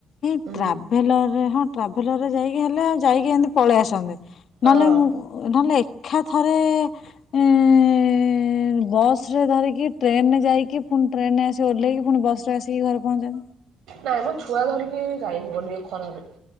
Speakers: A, on the left (about 65°); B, on the right (about 80°).
A: ଏଇ
B: ହୁଁ।
A: ଟ୍ରାଭେଲର ରେ ହ ଟ୍ରାଭେଲରରେ ଯାଇକି ହେଲେ ଆଉ ଯାଇକି ଏମିତି ପଳେଇ ଆସନ୍ତେ
B: ହଁ
A: ନହେଲେ ମୁଁ ନହଲେ ଏକ ଏକାଥରେ ଏଁ ଏଁ ଏଁ ଏଁ ବସ ରେ ଧରିକି ଟ୍ରେନରେ ଯାଇକି ପୁଣି ଟ୍ରେନ ଆସ ସେ ଓହ୍ଲେଇକି ପୁଣି ବସରେ ଆସିକି ଘରେ ପହଞ୍ଚନ୍ତି।
B: ନାଇ ମ ଛୁଆ ଧରିିକି ଯାଇ ହବନି ଏଇ ଖରାରେ।